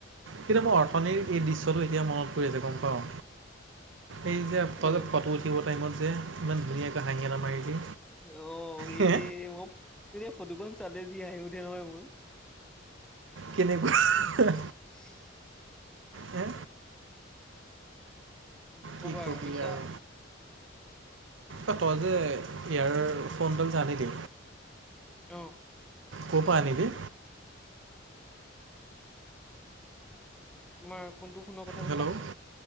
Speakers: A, on the right; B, in the centre.
A: কিন্তু মোৰ অৰ্থনিৰ এই দৃশ্যটো এতিয়া মনত পৰি আছে গম পাওঁ। এই যে তই
B: কোনটো
A: যে ফটো উঠিব টাইমত যে। ইমান ধুনীয়াকৈ হাঁহি এটা মাৰিলি
B: অ
A: হে
B: এই ম তেতিয়া ফটোখন চালে যি আহি উঠে নহয় মোৰ।
A: কেনেকুৱা।
B: <inaudible>
A: হে?
B: নক'বা
A: কি কবি
B: বুইছা।
A: আৰু। অ তই যে ইয়েৰ ফোনডালযে অনিলি
B: অঁহ।
A: ক'ৰ পৰা আনিলি?
B: তোমাৰ কোনটো ফোনৰ কথা কৈছা?
A: হেল্ল'